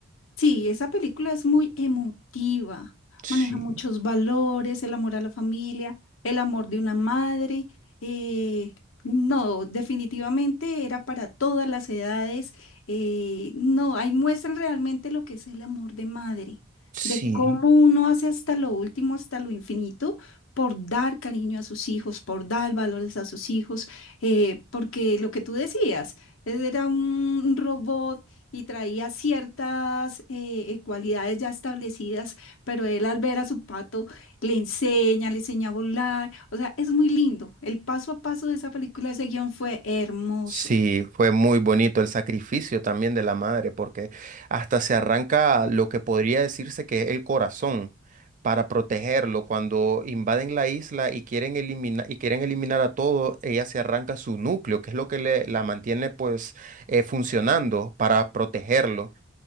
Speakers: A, on the left; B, on the right.
A: Sí, esa película es muy emotiva,
B: Sí,
A: maneja muchos valores, el amor a la familia, el amor de una madre. eh, no, definitivamente era para todas las edades. eh, no, ahí muestran realmente lo que es el amor de madre,
B: sí.
A: de cómo uno hace hasta lo último, hasta lo infinito, por dar cariño a sus hijos, por dar valores a sus hijos, eh, porque lo que tú decías, él era un robot y traía ciertas eh, eh, cualidades ya establecidas, pero él al ver a su pato le enseña, le enseña a volar, o sea, es muy lindo. El paso a paso de esa película, ese guión fue hermoso.
B: Sí, fue muy bonito el sacrificio también de la madre, porque hasta se arranca lo que podría decirse que es el corazón para protegerlo. Cuando invaden la isla y quieren eliminar, y quieren eliminar a todo, ella se arranca su núcleo, que es lo que le, la mantiene pues eh, funcionando para protegerlo.